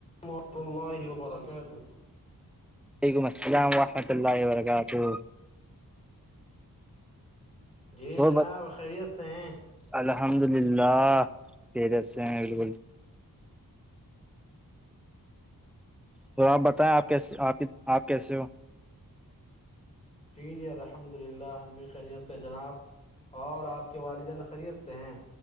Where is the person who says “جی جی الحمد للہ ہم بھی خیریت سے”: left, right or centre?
Left